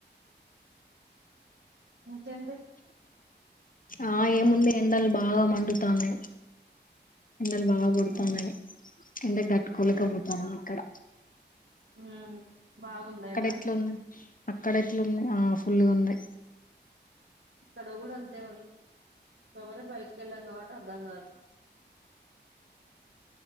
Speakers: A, on the right; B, on the left.
A: ఇకంటిడి
B: ఆ ఏముంది ఎండలు బాగా మండుతాను ఎ బాగా కొడుతాను
A: ఉమ్,
B: ఎ డాక్టర్ కూల పోతా క్కడ
A: ఆ బాగుంద ఎంద
B: ఎట్లుంది అక్కడ ఎట్లుంది ఫుల్గా ఉంది
A: తడగులు అంతే బబ బయటక వెళ్ళంగా అద కాదు